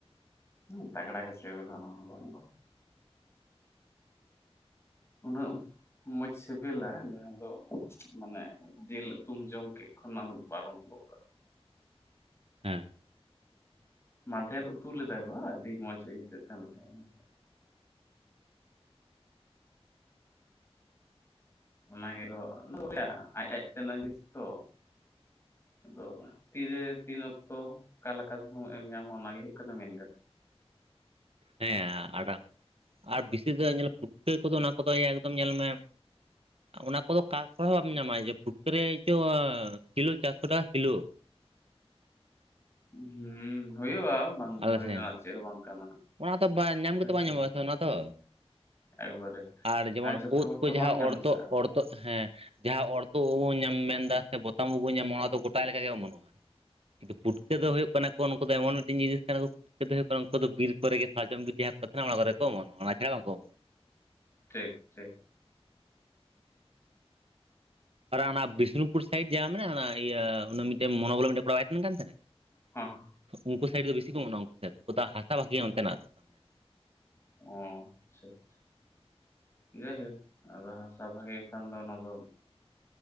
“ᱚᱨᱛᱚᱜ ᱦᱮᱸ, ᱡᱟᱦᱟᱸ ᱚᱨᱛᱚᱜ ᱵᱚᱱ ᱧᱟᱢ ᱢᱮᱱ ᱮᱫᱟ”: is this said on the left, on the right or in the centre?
Right